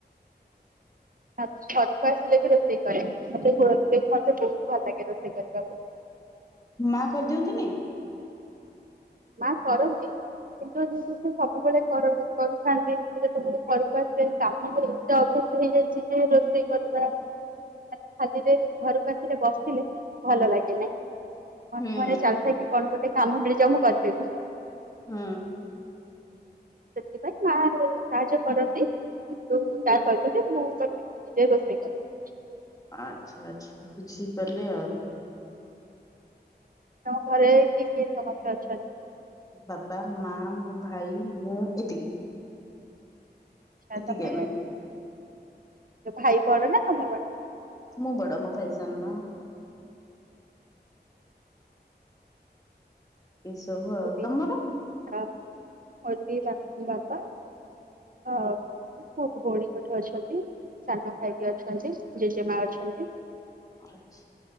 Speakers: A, on the right; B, on the left.
A: ତା ଘରକୁ ଆସିଲେ ବି ରୋଷେଇ। ସେ କରେ। ମୋତେ ମୋତେ ବହୁତ ଭଲ ଲାଗେ ରୋଷେଇ କରିବାକୁ।
B: ମା କରିଦିଅନ୍ତିନି?
A: ମା କରନ୍ତି କିନ୍ତୁ ଯେ - ସବୁବେଳେ କରନ୍ତି କରିଥାନ୍ତି ମୁଁ - ଘରକୁ ଆସେ କାମ ଏତେ ଅଭ୍ୟାସ ହେଇଯାଇଛି ଯେ ରୋଷେଇ କରିବା- ଖାଲିରେ ଘରକୁ ଆସିଲେ ବସ- ଦେଖିଲେ ଭଲ ଲାଗେ ନାଇଁ। ମ
B: ହୁଁ
A: ମାନେ ଚାଲିଥାଏକି କଣ ଗୋଟେ- କାମ ମିଳିଯାଉ ମୁଁ କରି- ସେ ବି।
B: ହୁଁ।
A: ସେଥିପାଇଁ ମା ସାହାଯ୍ୟ କରନ୍ତି କିନ୍ତୁ ତାର ସହିତ ବି ମୁଁ ନିଜେ ରୋଷେଇ କରେ।
B: ଆଚ୍ଛା ଆଚ୍ଛା ବୁଝି ପାରିଲି ଆଉ।
A: ତମ ଘରେ କିଏ କିଏ ସମସ୍ତେ ଅଛନ୍ତି?
B: ବାବା ମା, ମୋ ଭାଇ, ମୁଁ ଏତିକି।
A: ଆଛା
B: ଏତିକି
A: ତମେ-
B: ଆମେ
A: ଭାଇ ବଡ ନା ତମେ ବଡ?
B: ମୁଁ ବଡ ମୋ ଭାଇ ସାନ ନା। ଏସବୁ ଆଉ।
A: ମୁଁ ବି
B: ତମର?
A: ଅ ମୋର ବି ବା ବାପା, ମା, ମୋ ଭଉଣୀ ଗୋଟେ ଅଛନ୍ତି। ସାନ ଭାଇ ବି ଅଛନ୍ତି। ଜେଜେମା ଅଛନ୍ତି।
B: ଆଛା।